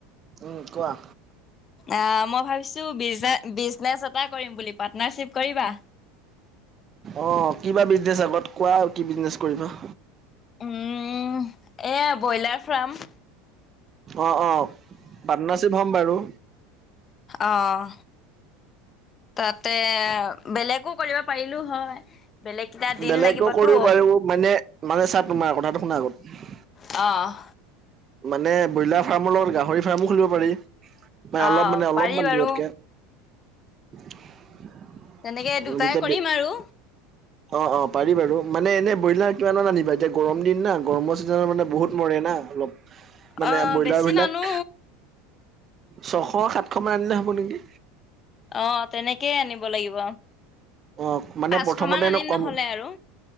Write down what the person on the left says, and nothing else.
আঁ মই ভাবিছো বিজনেচ এটা কৰিম বুলি পাৰ্টনাৰশ্বিপ কৰিবা।
উম' এয়া ব্ৰইলাৰ ফাৰ্ম।
অঁ তাতে বেলেগো কৰিব- পাৰিলো হয়, বেলেগ- কেইটা দিন
লাগিবতো
অঁ'
অহ
পাৰি বাৰু
তেনেকে দুটাই
কৰিম
আৰু
অ
বেছি
নানো
অঁ' তেনেকেই আনিব লাগিব।
পাঁচশ
মান আনিম
নহ'লে আৰু